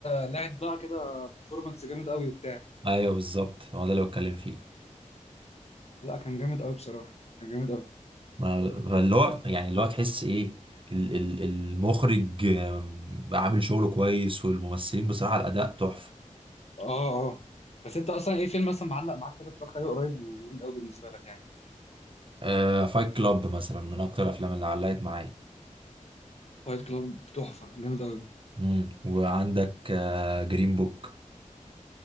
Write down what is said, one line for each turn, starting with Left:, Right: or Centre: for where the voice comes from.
Left: لعب بقى كده بفورمانس جامد قوي وبتاع
Right: ايوه بالظبط هو ده اللي بتكلم فيه
Left: لا كان جامد قوي بصراحه كان جامد قوي
Right: ما- فاللي هو يعني اللي هو تحس ايه ال ال المخرج آم، عامل شغله كويس والممثلين بصراحة الأداء تحفة
Left: اه اه بس انت اصلا ايه فيلم مثلا معلق معاك كده اتفرجت عليه قريب وجامد قوي بالنسبه لك يعني
Right: آه فايت كلاب مثلا من أكتر الأفلام اللي علقت معايا
Left: فايت كلوب تحفه جامد قوي
Right: مم. وعندك آه جرين بوك